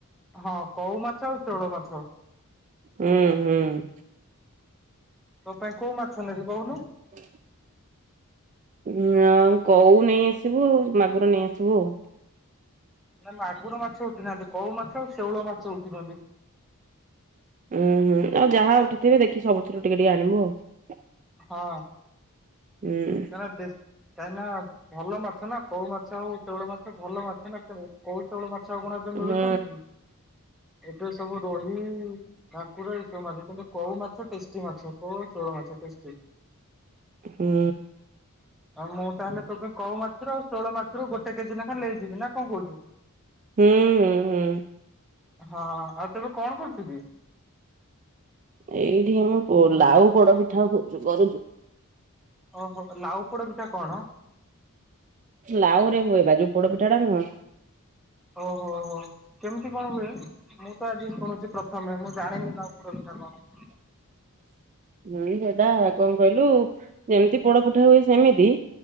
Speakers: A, in the centre; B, on the right (about 35°).
A: ହଁ କୋଉ ମାଛ ଆଉ ଶେଉଳ ମାଛ।
B: ହୁଁ ହୁଁ।
A: ତୋ ପାଇଁ କୋଉ ମାଛ ନେବି କୋହୁନୁ?
B: <inaudible> ଉଁ ଆଉ କଉ ନେଇ ଆସିବୁ ମାଗୁର ନେଇ ଆସିବୁ ଆଉ।
A: ନା ମାଗୁର ମାଛ ଉଠିନାହାନ୍ତି କୋଉ ମାଛ ଆଉ ଶେଉଳ ମାଛ ଉଠିଚନ୍ତି।
B: ଉଁହୁଁ ଆଉ ଯାହା ଉଠିଥିବେ ଦେଖି ସବୁ ଥୁରୁ ଟିକେ ଟିକେ ଆଣିବୁ ଆଉ।
A: ହଁ।
B: ହୁଁ।
A: କାହିଁକିନା ଦେଶ କାହିଁକିନା ଭଲ ମାଛ ନା କୋଉ ମାଛ ଆଉ ଶେଉଳ ମାଛ ଭଲ ମାଛ ନା ସେ କୋଉ ଶେଉଳ ମା ଛ କଣ ଏବେ ମିଳୁଚନ୍ତି
B: ହୁଁ।
A: କି ଏବେ ସବୁ ରୋହି ଭାକୁର ଏ ସବୁ ମାଛ କିନ୍ତୁ କଉ ମାଛ ଟେଷ୍ଟି ମାଛ କଉ ଆଉ ଶେଉଳ ମାଛ ଟେଷ୍ଟି।
B: ହୁଁ।
A: ଆଉ ମୁଁ ତାହେଲେ ତୋ ପାଇଁ କଉ ମାଛରୁ ଆଉ ଶେଉଳ ମାଛରୁ ଗୋଟ୍ ଟେ କେଜି ଲେଖା ନେଇଯିବି ନା କଣ କହୁଚୁ?
B: ହୁଁ ହୁଁ
A: ହଁ ଆଉ ତେବେ କଣ କରୁଚୁ କି?
B: ଏଇଠି ମୁଁ ପୋ ଲାଉ ପୋଡ ପିଠାଉ କରୁ କରୁଚୁ?
A: ଓହୋ ଲାଉ ପୋଡପିଠା କଣ?
B: ଲାଉରେ ହୁଏ ବା ଯୋଉ ପୋଡପିଠାଟା ନୁହଁ
A: ଓହୋ ହୋ ହୋ କେମିତି କଣ ହୁଏ ମୁଁ ତ ଆଜି ଶୁଣୁଚି ପ୍ରଥମେ ମୁଁ ଜାଣିନି ନା ଲାଉ ପୋଡ ପିଠା କଣ?
B: <unintelligible> ଉଁ ସେଟା କଣ କହିଲୁ ଯେମିତି ପୋଡପିଠା ହୁଏ ସେମିତି